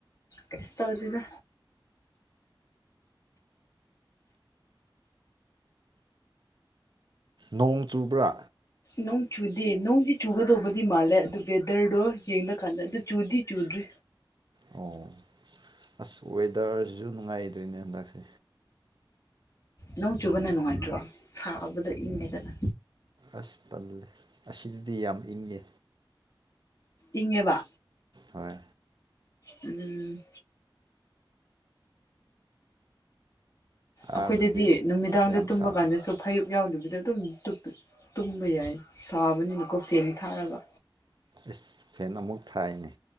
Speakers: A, on the left; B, on the right.
A: ꯀ꯭ꯔꯤꯁꯇꯣꯗꯨꯗ
B: ꯅꯣꯡ ꯆꯨꯕ꯭ꯔꯥ
A: ꯅꯣꯡ ꯆꯨꯗꯦ ꯅꯣꯡꯗꯤ ꯆꯨꯒꯗꯧꯕꯗꯤ ꯃꯥꯜꯂꯦ ꯑꯗꯨ ꯋꯦꯗꯔꯗꯣ ꯌꯦꯡꯅ ꯀꯥꯟꯗ ꯑꯗꯨ ꯆꯨꯗꯤ ꯆꯨꯗ꯭ꯔꯤ
B: ꯑꯣ ꯑꯁ ꯋꯦꯗꯔꯁꯤꯁꯨ ꯅꯨꯡꯉꯥꯏꯗꯣꯏꯅꯦ ꯍꯟꯗꯛꯁꯦ
A: ꯅꯣꯡ ꯆꯨꯕꯅ ꯅꯨꯡꯉꯥꯏꯇ꯭ꯔꯣ ꯁꯥꯕꯗ ꯏꯪꯉꯦꯗꯅ
B: ꯑꯁ ꯇꯜꯂꯦ ꯑꯁꯤꯗꯗꯤ ꯌꯥꯝ ꯏꯪꯉꯦ
A: ꯏꯉ ꯋꯥ
B: ꯍꯣꯏ
A: ꯎꯝ ꯑꯩꯈꯣꯏꯗꯗꯤ
B: ꯑꯥꯗꯗꯤ
A: ꯅꯨꯃꯤꯗꯥꯡꯗ
B: ꯌꯥꯝ
A: ꯇꯨꯝꯕ
B: ꯁꯥꯕ
A: ꯀꯥꯟꯗꯁꯨ ꯐꯩ ꯌꯥꯎꯗꯕꯤꯗ ꯑꯗꯨꯝ ꯇꯨꯝꯕ ꯌꯥꯏ ꯁꯥꯕꯅꯤꯅ ꯀꯣꯐꯅꯤ ꯊꯥꯔꯒ
B: ꯏꯁ ꯐꯦꯟ ꯑꯃꯨꯛ ꯊꯥꯏꯅꯤ